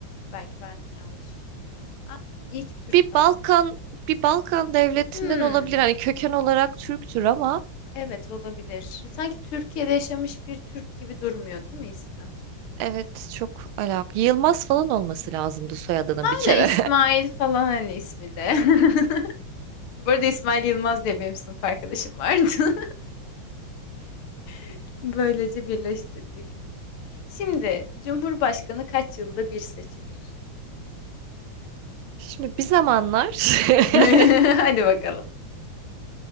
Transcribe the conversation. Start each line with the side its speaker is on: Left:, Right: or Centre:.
Left: Belki ben yanlış. mı? Aa, iyi ki Türk
Right: Bir
Left: tacı.
Right: Balkan bir Balkan devletinden
Left: Hmm,
Right: olabilir. Hani köken olarak Türktür ama
Left: evet olabilir. Sanki Türkiye'de yaşamış bir Türk gibi durmuyor değil mi ismi?
Right: evet çok alakalı. Yılmaz falan olması lazımdı soyadının
Left: Aynen
Right: bir kere.
Left: İsmail falan hani ismi de. <laughs> Bu arada İsmail Yılmaz diye benim sınıf arkadaşım vardı. <laughs> Böylece birleştirdik. Şimdi Cumhurbaşkanı kaç yılda bir seçilir?
Right: <laughs> Şimdi bir zamanlar <laughs>
Left: <laughs> Hadi bakalım.